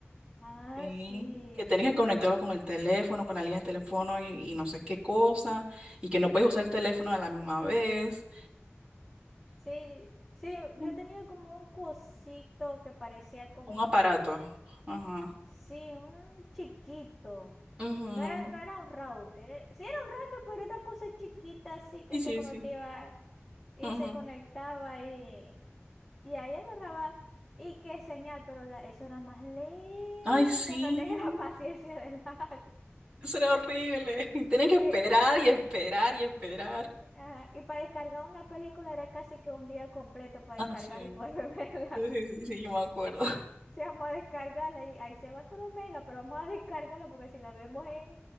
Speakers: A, in the centre; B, on the right (about 20°).
A: Ah,
B: Sí.
A: sí.
B: Que tenías que conectarlo con el teléfono, con la línea de teléfono y, y no sé qué cosa. Y que no puedes usar el teléfono a la misma vez.
A: Sí, sí, yo
B: Mm.
A: tenía como un cosito que parecía como,
B: Un aparato. Ajá.
A: sí, un chiquito.
B: Ujú.
A: No era, no era un router, era- sí era un router, pero era una cosa chiquita así que
B: Sí, sí,
A: se conectaba
B: sí.
A: y
B: Ujú.
A: se conectaba y Y ahí agarraba, y qué señal, pero la- eso era más lento,
B: Ay, sí.
A: no tenía <laughs> la paciencia del año.
B: Eso era horrible. <laughs> Y Tenía que esperar
A: Y,
B: y esperar y esperar.
A: ah, y para descargar una película era casi que un día completo para
B: Ah,
A: descargarla
B: sí.
A: y poder <laughs> verla.
B: Sí, sí, sí, sí, yo me acuerdo.
A: Sí,
B: <laughs>
A: sí, vamos a descargarla y ahí se van todos los megas, pero vamos a descargarla porque si la vemos en,